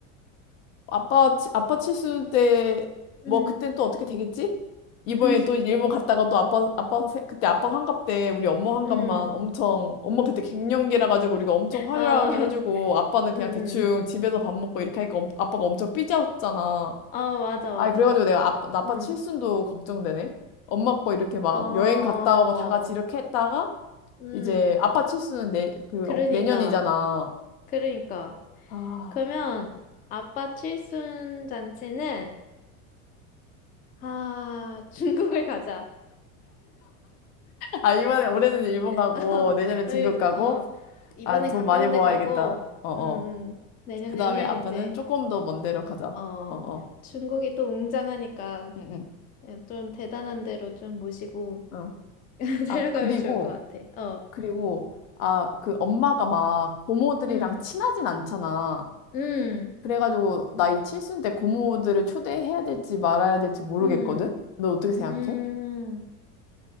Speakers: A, on the left; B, on the left.
A: 아빠, 치- 아빠 칠순 때,
B: 응,
A: 뭐, 그땐 또 어떻게 되겠지? 이번에
B: 응,
A: 또 일본 갔다가 또 아빠, 아빠, 세- 그때 아빠 환갑 때 우리 엄마 환갑만
B: 응,
A: 엄청, 엄마 그때 갱년기라 가지고 우리가 엄청 화려하게
B: 어, <laughs>
A: 해주고 아빠는 그냥
B: 응, 응.
A: 대충 집에서 밥 먹고 이렇게 하니까 엄- 아빠가 엄청 삐졌잖아.
B: 어, 맞아, 맞아.
A: 아, 그래가지고 내가 아빠, 나 아빠
B: 응.
A: 칠순도 걱정되네. 엄마 거 이렇게 막
B: 어,
A: 여행 갔다 오고 다 같이 이렇게 했다가
B: 음,
A: 이제 아빠 칠순은 내, 그,
B: 그러니까,
A: 어, 내년이잖아.
B: 그러니까.
A: 아,
B: 그러면 아빠 칠순 잔치는, 아, 중국을 가자.
A: 아, 이번에 올해는 일본 가고
B: <laughs>
A: 내년에 중국
B: 어, 요-
A: 가고
B: 어, 이번엔
A: 아, 돈
B: 가까운
A: 많이 모아야겠다.
B: 데 가고,
A: 어, 어.
B: 음, 음, 내년에는
A: 그 다음에 아빠는
B: 이제,
A: 조금 더 먼 데로 가자.
B: 어,
A: 어, 어.
B: 중국이 또 웅장하니까
A: 응,
B: 예, 좀 대단한 데로 좀 모시고
A: 응. 어.
B: <laughs>
A: 아,
B: 데려가면
A: 그리고,
B: 좋을 것 같아. 어,
A: 그리고, 아, 그 엄마가 막 고모들이랑
B: 음,
A: 친하진 않잖아.
B: 음,
A: 그래가지고, 나이 칠순 때 고모들을 초대해야 될지 말아야 될지 모르겠거든?
B: 음,
A: 너 어떻게 생각해?
B: 음.